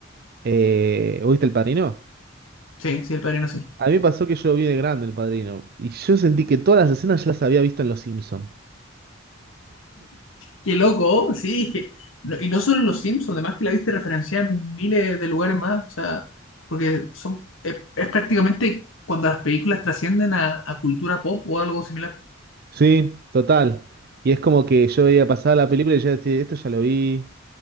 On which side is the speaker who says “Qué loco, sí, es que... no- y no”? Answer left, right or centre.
Left